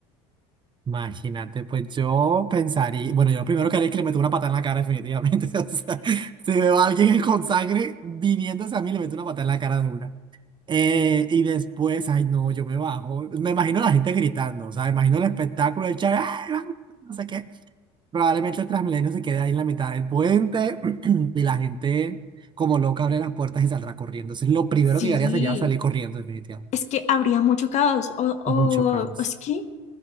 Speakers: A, on the right; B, on the left.
A: Imagínate, pues yo pensaría, bueno, yo lo primero que haría es que le meto una patada en la cara definitivamente. <laughs> O sea, si veo a alguien con sangre viniéndose a mí, le meto una patada en la cara de una. Eh, y después, ay no, yo me bajo. Me imagino a la gente gritando, o sea, me imagino el espectáculo, el chat, "Ay, ay", no sé qué. Probablemente el Transmilenio se quede ahí en la mitad del puente <clears throat> y la gente como loca abre las puertas y saldrá corriendo. Entonces lo primero
B: Sí,
A: que yo haría sería salir corriendo, definitivamente.
B: es que habría mucho caos. O, o
A: Mucho caos.
B: o es que